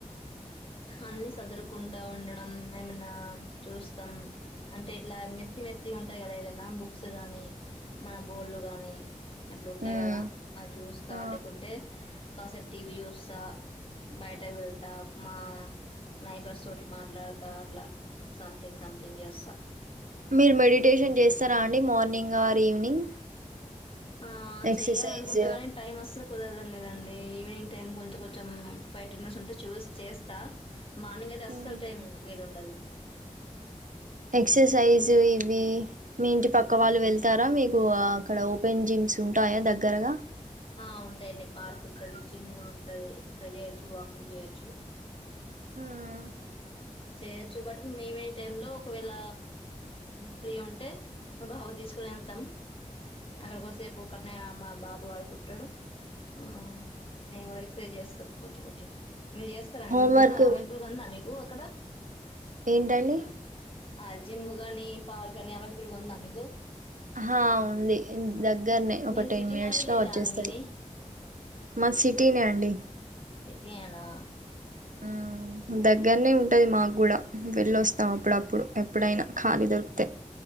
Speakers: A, on the left (about 45°); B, on the right (about 90°).
A: అన్ని సదురుకుంటా ఉండడం. ఏమన్న చూస్తాం. అంటే ఇట్లా మెస్సి మెస్సి ఉంటాయి. గాదా ఏదన్న బుక్స్ గాని మన బోళ్ళు గాని అట్ల ఉంటాయి
B: ఉమ్
A: కదా అది చూస్తా
B: ఆ
A: లేకుంటే కాసెపు టీవీ జూస్తా బయటకి వెళ్తా మా నైబర్స్ తోటి మాట్లాడతా అట్లా సంథింగ్ సంథింగ్ చేస్తా
B: మీరు మెడిటేషన్ చేస్తారా అండి మార్నింగ్ ఆర్ ఈవినింగ్
A: ఆ
B: ఎక్సర్సైజ్
A: చెయ్యాలి అనుకుంట గానీ టైం అస్సలు కుదరం లేదాం అండి ఈవినింగ్ టైమ్ కొంచెం కొంచెం <unintelligible> ఉంటే చూస్ చేస్తా మార్నింగ్ అయితే అస్థల్
B: మ్మ్
A: టైం వీలుం డదు
B: ఎక్సర్సైజ్ ఇవి మీ ఇంటి పక్క వాళ్ళు వెళ్తారా మీకు అక్కడ ఓపెన్ జిమ్స్ ఉంటాయా దగ్గరగా
A: ఆ ఉంటాయిండి పార్క్ ఉంటది. జిమ్ కూడా ఉంటది. ఎక్సర్సైజ్ చేయొచ్చు వాకింగ్ చేయొచ్చు.
B: హా
A: చేయొచ్చు. బట్ మేము ఈవినింగ్ టైమ్ లో ఒకవేళ ఫ్రీ ఉంటే మా బాబు ని తీసుకోని ఏళ్తాం. అక్కడికి వోస్తే చెప్పు కాడ్ నే మా బాబు ఆడుకుంటాడు. హ్ మేము కూడా ఎక్సర్సైజ్ చేస్తాం కొంచెం కోంచెం మీరు జెస్తార ఆండీ.
B: హోంవర్క్
A: మీకు ఉన్నదా అవైల్బ్లూ గా ఉందా మీకు కు ఎక్కడ
B: ఏంటండి
A: ఆ జిమ్ గాని పార్క్ గాని అవైలబుల్ గా ఉందా మీకు
B: ఆ హా ఉంది దగ్గరన్నే ఒక
A: మీది
B: టెన్
A: సిటీనా
B: మినిట్స్
A: విలేజా
B: లో వచ్చేస్తాది
A: అండి మీది
B: మాది సిటీనే అండి
A: సిటీయే నా
B: ఆ దగ్గరనే ఉంటది మాకు కూడా వెళ్ళొస్తాం అప్పుడప్పుడు ఎప్పుడైనా ఖాళీ దొరికితే